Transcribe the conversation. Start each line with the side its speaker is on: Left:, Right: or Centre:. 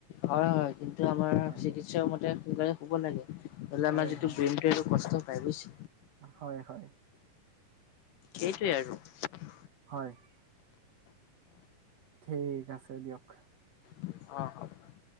Left: হয়', - হয়', কিন্তু আমাৰ
Right: হয়
Left: চিকিৎস মতে সোনকালে হ'ব লাগেলে
Right: হয়
Left: আমাৰ যিটো
Right: হয়
Left: ব্ৰেইনটো কষ্ট প্ৰায়।
Right: হয় হয়
Left: সেইটোৱে আৰু ।
Right: হয় । ঠিক আছে দিয়ক ।
Left: অহ ',- অহ ',